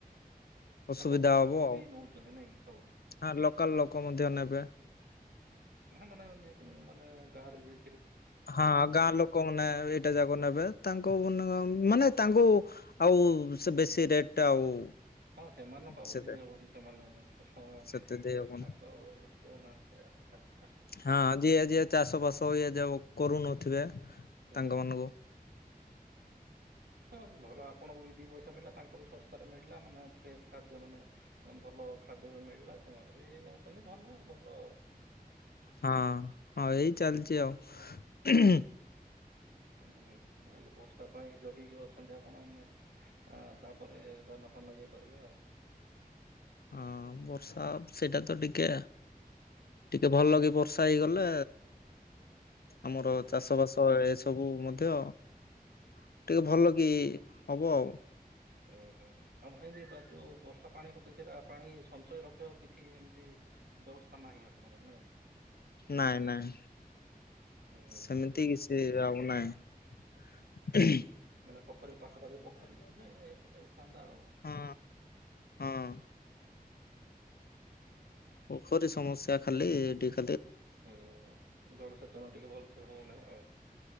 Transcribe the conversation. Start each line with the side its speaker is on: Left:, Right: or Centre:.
Left: ଅସୁବିଧା
Right: ଆଉ ଲୋକାଲ
Left: ହବ
Right: ଲୋକ
Left: ଆଉ
Right: ବି ନଉଛନ୍ତି ନାଇଁ କି ସବୁ?
Left: ହ ଲୋକାଲ ଲୋକ ମଧ୍ୟ ନେବେ
Right: ମାନ ମାନେ ଗାଁରେ ଯେ
Left: ହଁ ଗାଁ ଲୋକ ମାନେ ଏଇଟା ଯାକ ନେବେ ତାଙ୍କ ମାନେ ମାନେ ତାଙ୍କୁ ଆଉ ସେ ବେଶୀ ରେଟ ଆଉ
Right: ହଁ ସେମାନଙ୍କୁ
Left: ସେତେ
Right: ଦେଇ ହବ କି ସେମାନେ ତ ଇଏ
Left: ସେତେ ଦେଇ ହବନି
Right: ତାଙ୍କ ଦେଉନାହାନ୍ତି। ଆଚ୍ଛା ଆଚ୍ଛା
Left: ହଁ ଯିଏ ଯିଏ ଚାଷ ବାସ ଇଏ ଯିଏ କରୁନଥିବେ ତାଙ୍କ
Right: ହୁଁ
Left: ମାନଙ୍କୁ
Right: ହଁ ଭଲ ଆପଣଙ୍କୁ ବି ଦୁଇ ପଇସା ମିଳିଲା ତାଙ୍କୁ ବି ଶସ୍ତାରେ ମିଳିଲା ମାନେ ଫ୍ରେସ୍ ଖାଦ୍ୟ ମାନେ ଭଲ ହଁ ଖାଦ୍ୟ ମିଳିଲା ସେମାନେ ବି ନଉଛନ୍ତି ଭଲ ଭଲ
Left: ହଁ ହଁ ଏଇ ଚାଲିଛି ଆଉ
Right: ହୁଁ ହେଲେ ବର୍ଷା ପାଇଁ ଜଗେଇକି ଅଛନ୍ତି ଆପଣ ମାନେ, ତାପରେ ଧାନ ଧାନ ଇଏ କରିବେ ଆଉ
Left: ହଁ ବର୍ଷା ସେଇଟା ତ ଟିକେ ଟିକେ ଭଲ କି ବର୍ଷା ହେଇଗଲେ ଆମର
Right: ହୁଁ ହୁଁ
Left: ଚାଷ ବାସ ଏସବୁ ମଧ୍ୟ ଟିକେ ଭଲ କି ହବ ଆଉ
Right: ହୁଁ ହୁଁ ହଁ ଆଉ ଏମିତି ଯୋଉ ବର୍ଷା ପାଣି ହେଉଛି ସେଇଟା ପାଣି ସଞ୍ଚୟ ରଖିବା କିଛି ଏମିତି ବ୍ୟବସ୍ଥା ନାହିଁ ଆପଣଙ୍କର ନାଇଁ
Left: ନାଇଁ ନାଇଁ
Right: ହୁଁ
Left: ସେମିତି
Right: ହୁଁ
Left: କିଛି ଆଉ ନାହିଁ। ହ <inaudible>
Right: ମାନେ ପୋଖରୀ ପାଖାପାଖି ପୋଖରୀ ଥିଲେ ହେଇଥିଲେ ହେଇଥାନ୍ତା ଆଉ
Left: ହଁ ହଁ ପୋଖରୀ ସମସ୍ୟା ଖାଲି ଟିକେ
Right: ହୁଁ ଜଳସେଚନ ଟିକେ ଭଲସେ ହେଉନାହିଁ ଆଉ।